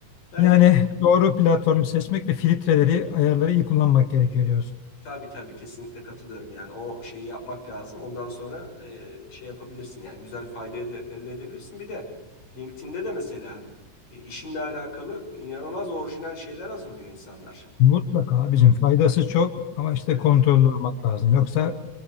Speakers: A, on the left (about 40°); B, on the left (about 85°).
A: Ben
B: Yani doğru platformu seçmek ve filtreleri, ayarları iyi kullanmak gerekiyor diyorsun.
A: Tabii tabii kesinlikle katılıyorum yani o şeyi yapmak lazım ondan sonra e, şey yapabilirsin yani güzel fayda ede- elde edebilirsin bir de LinkedIn'de de mesela e, işinle alakalı inanılmaz orijinal şeyler hazırlıyor insanlar.
B: Mutlaka bizim faydası çok ama işte
A: Evet
B: kontrollü olmak lazım. Yoksa